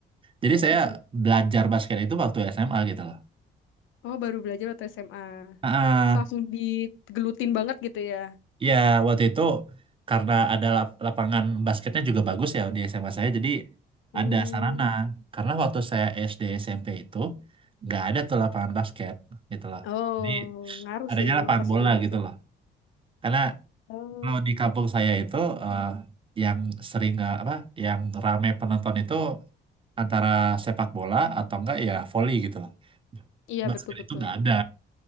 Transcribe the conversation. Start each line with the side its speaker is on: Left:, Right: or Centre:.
Right: Jadi saya belajar basket itu waktu SMA gitu loh.
Left: oh baru belajar atau SMA?
Right: Ah,
Left: Terus langsung digelutin banget gitu ya?
Right: ya waktu itu karena ada lap- lapangan basketnya juga bagus ya di SMA saya, jadi
Left: Hmm,
Right: ada sarana. Karena waktu saya SD SMP itu nggak ada tuh lapangan basket gitu loh.
Left: Oh,
Right: Jadi
Left: ngaruh
Right: adanya
Left: sih emang
Right: lapangan
Left: fasilitas
Right: bola gitu
Left: itu.
Right: loh. Karena
Left: Oh,
Right: kalau di kampung saya itu eh, yang sering eh, apa, yang rame penonton itu antara sepak bola atau enggak ya volley gitu loh.
Left: iya
Right: Basket
Left: betul-betul.
Right: itu nggak ada.